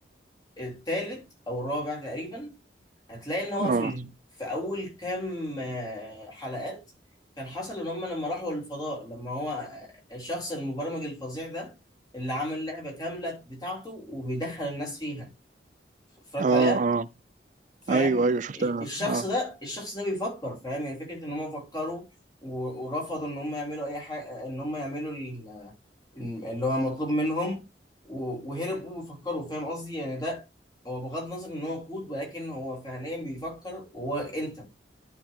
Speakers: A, on the left (about 20°); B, on the right (about 45°).
A: الثالث أو الرابع تقريبا هتلاقي إن هو
B: اه
A: في ال... في أول كام آه، حلقات كان حصل إن هم لما راحوا الفضاء لما هو آه، الشخص المبرمج الفظيع ده اللي عمل لعبة كاملة بتاعته وبيدخل الناس فيها اتفرجت
B: اه
A: عليها؟
B: اه
A: فاهم
B: ايوه ايوه شفتها
A: الشخص
B: اه
A: ده الشخص ده بيفكر فاهم يعني فكرة ان هم فكروا و- ورفضوا ان هم يعملوا اي حاجة ان هم يعملوا ال- اللي هو مطلوب منهم و- وهربوا وفكروا فاهم قصدي يعني ده هو بغض النظر ان هو كود ولكن هو فعليا بيفكر وهو انت